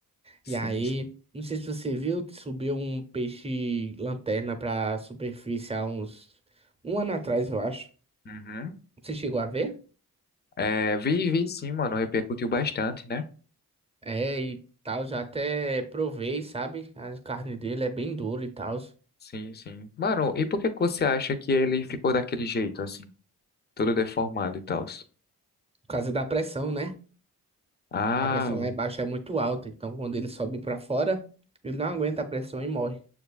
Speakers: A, on the left (about 25°); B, on the right (about 15°).
A: Sim,
B: E aí,
A: sim.
B: não sei se você viu, subiu um peixe lanterna pra superfície há uns um ano atrás, eu acho.
A: Uhum.
B: Você chegou a ver?
A: É, vi, vi sim, mano, repercutiu bastante, né?
B: É, e tal, já até provei, sabe? A carne dele é bem dura e tal, por
A: Sim, sim. Mano, e por que que você acha que ele ficou daquele jeito, assim, todo deformado e tal?
B: causa da pressão, né?
A: Ah,
B: A pressão lá embaixo é muito alta, então quando ele sobe para fora, ele não aguenta a pressão e morre.